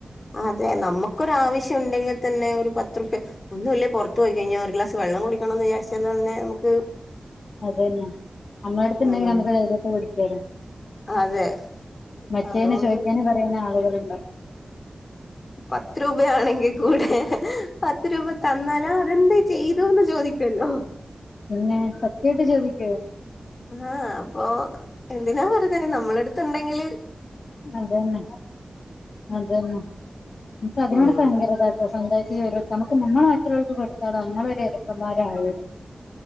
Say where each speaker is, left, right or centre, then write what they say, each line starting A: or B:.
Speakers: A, on the left (about 50°); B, on the left (about 75°).
A: അതെ, നമ്മക്കൊരാവശ്യണ്ടെങ്കി തന്നെ ഒരു പത്തുർപ്യ ഒന്നും ഇല്ലേ പൊറത്ത് പോയി കഴിഞ്ഞ ഒരു ഗ്ലാസ് വെള്ളം കുടിക്കണംന്ന് വിചാരിച്ചാൽതന്നെ നമുക്ക്
B: അതെന്നെ. നമ്മളടുത്ത്ണ്ടെങ്കിൽ
A: ഉം
B: നമുക്ക് ധൈര്യട്ട് കുടിക്കായിരുന്ന്
A: അതെ
B: മറ്റേന്
A: അതുകൊണ്ട്
B: ചോയ്ക്കാന് പറയാനു ആളുകളുണ്ട്
A: പത്ത് രൂപയാണെങ്കി കൂടെ പത്ത് രൂപ തന്നാലാഅതെന്താ ചെയ്തൂന്ന് ചോദിക്കല്ലോ
B: പിന്നേ സത്യായിട്ട് ചോദിക്കെ
A: ആഹ്‌ അപ്പൊ എന്തിനാ വെറുതെ നമ്മളട്ത്ത്ണ്ടെങ്കില്
B: അതന്നെ, അതന്നെ ഇന്ക്കതിനോടൊക്കെ
A: ഉം
B: ഭയങ്കര താട് സ്വാന്തായിറ്റ് നമുക്ക് നമ്മളകാര്യത്തിന് ചോയിക്കുമ്പോ എടുത്താടോ നമ്മളൊരുഎരക്കന്മാരായ